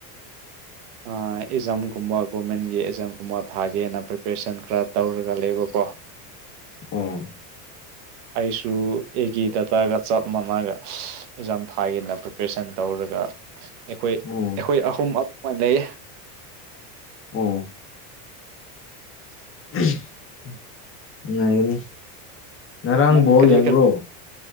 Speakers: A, on the left (about 25°); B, on the right (about 65°).
A: <unintelligible>
B: ꯑꯦꯛꯖꯥꯝꯒꯨꯝꯕ ꯒꯣꯔꯃꯦꯟꯒꯤ ꯑꯦꯛꯖꯥꯝꯒꯨꯝꯕ ꯊꯥꯒꯦꯅ ꯄ꯭ꯔꯤꯄꯦꯔꯦꯁꯟ ꯈꯔ ꯇꯧꯔꯒ ꯂꯩꯕꯀꯣ
A: ꯎꯝ
B: ꯑꯩꯁꯨ ꯑꯩꯒꯤ ꯗꯥꯗꯥꯒ ꯆꯞ ꯃꯃꯥꯒ ꯑꯦꯛꯖꯥꯝ ꯊꯥꯒꯦꯅ ꯄ꯭ꯔꯤꯄꯦꯔꯦꯁꯟ ꯇꯧꯔꯒ ꯑꯩꯈꯣꯏ ꯑꯩꯈꯣꯏ
A: ꯑꯣ
B: ꯑꯍꯨꯝ ꯑꯃ ꯂꯩ
A: ꯑꯣ <unintelligible> ꯉꯔꯥꯡ
B: ꯅꯪ
A: ꯕꯣꯜ
B: ꯀꯔꯤ
A: ꯌꯦꯡꯕ꯭ꯔꯣ
B: ꯀꯔꯤ